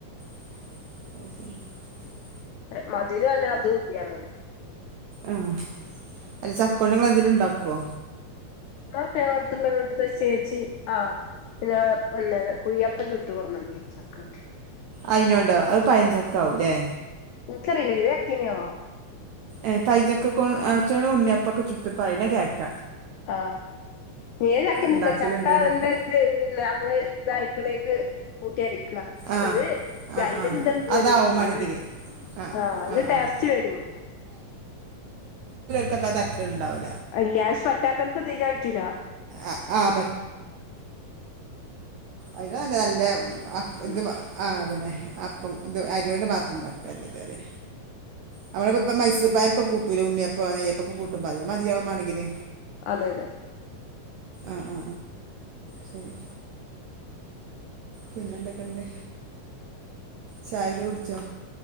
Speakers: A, on the right (about 85°); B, on the left (about 80°).
A: <unintelligible>
B: മ <unintelligible> മധുരോല്ല <unintelligible> പുളി അങ്ങനെ
A: ആ അല്ല ചക്കോണ്ട്ങ്ങള് എന്തേലും ഇണ്ടാക്കോ
B: ഞാൻ പേ <unintelligible> വീട്ടത്തെ ചേച്ചി ആ പിന്നെ പിന്നെ കുയ്യപ്പം ചുട്ട് കൊട്ന്ന ന്നീന്നു ചക്കോട്ട്
A: അയ്നോണ്ടോ അത് പയഞ്ചക്ക ആവും ലെ
B: ഇനക്കറിയില്ല ഏത് ചക്കെന്നാവോ
A: ഏ പയംചക്കക്ക് <unintelligible> ഉണ്ണിയപ്പൊക്കെ ചുട്ട് പറേണ കേക്ക
B: ആ ഏത് ചക്കെന്ന്ക്കറീല
A: ഉണ്ടാക്കലുണ്ട്ന്നൊക്കെ
B: ചക്ക ത്‌ ന്റെ നമ്മള് ഇതരക്ക്ണേക്ക് കൂട്ടി അര ക്ക
A: ആഹ്
B: ഒരു
A: ആഹ്
B: അയ്ന്റെ
A: ആഹ്
B: ഇത്‌
A: അതാവും
B: വരും ചൊയ
A: മാണെങ്കില്
B: വരും
A: ആഹ്
B: ആ അതിന്റെ
A: ആഹ്
B: ടാസ്റ്റ്
A: ആഹ്
B: വരും
A: കൊക്കെ ചക്കണ്ടാവും.
B: അല്ലാശ പറ്റാത്തർക്ക് തീരെ പറ്റില്ല
A: ആഹ് ആഹ് അല്ല നല്ല ഇത്
B: ഉം
A: ആ അതന്നെ അപ്പം ഇ അരിണ്ട് മാത്ര അതെ നമ്മളപ്പപ്പ മൈസൂർപ്പഴം ഇപ്പൊ കൂട്ടൂലേ ഉണ്ണിയപ്പ നെയ്യപ്പൊക്കെ കൂട്ടുമ്പോ അതിയാ മതിയാവുമാണെങ്കില്
B: അതെ അതെ
A: ആ ആ ശരി പിന്നെന്തൊക്കെണ്ട് ചായക്കൊ കുടിച്ചോ